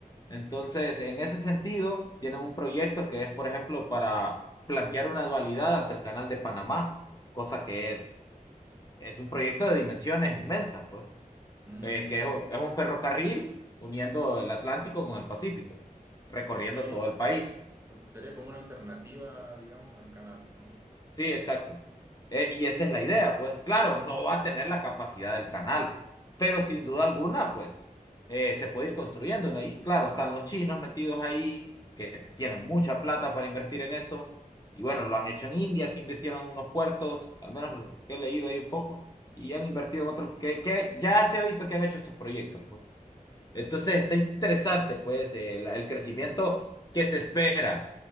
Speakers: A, on the left (about 25°); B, on the right (about 20°).
A: Entonces, en ese sentido, tienen un proyecto que es, por ejemplo, para plantear una dualidad ante el Canal de Panamá, cosa que es, es un proyecto de dimensiones inmensas, pues,
B: Mm,
A: eh, que es es un ferrocarril uniendo el Atlántico con el Pacífico, recorriendo
B: ok.
A: todo el país.
B: Sería como una alternativa, digamos, al canal, ¿no?
A: Sí, exacto. Eh, y esa es la idea, pues claro, no va a tener la capacidad del canal, pero sin duda alguna, pues eh, se puede ir construyendo, ¿no? Y claro, están los chinos metidos ahí, que tienen mucha plata para invertir en eso. Y bueno, lo han hecho en India, que invirtieron en unos puertos, al menos lo que he leído ahí un poco, y han invertido en otros, que, que ya se ha visto que han hecho estos proyectos, pues. Entonces está interesante, pues, el, el crecimiento que se espera.